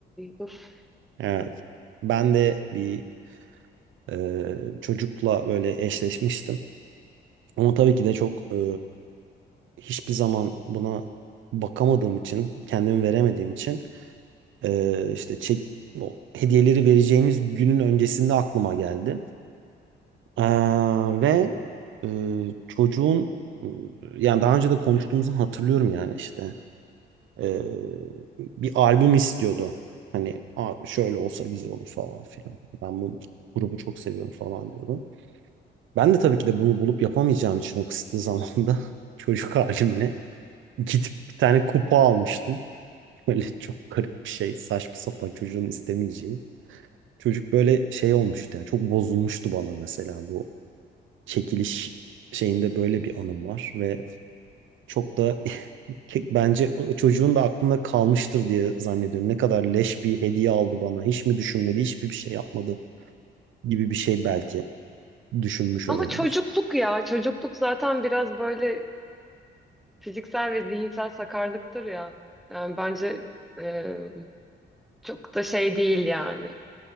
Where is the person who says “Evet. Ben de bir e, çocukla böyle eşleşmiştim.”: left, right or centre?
Right